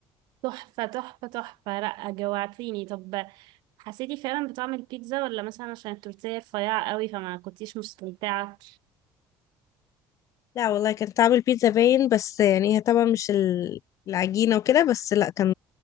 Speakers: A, on the right; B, on the left.
A: تحفة تحفة تحفة لأ جوعتيني طب حسيتي فعلا بطعم البيتزا ولا مثلا عشان التورتيه رفيعة قوي فما كنتيش مستمتعة؟
B: لا والله كان طعم البيتزا باين بس يعني هي طبعا مش ال- العجينة وكده بس لا كان